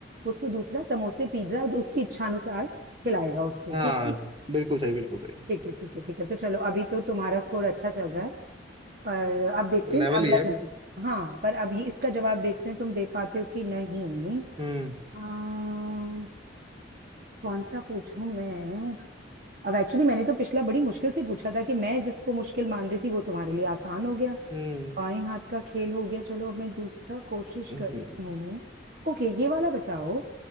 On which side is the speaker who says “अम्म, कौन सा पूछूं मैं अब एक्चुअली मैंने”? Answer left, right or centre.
Right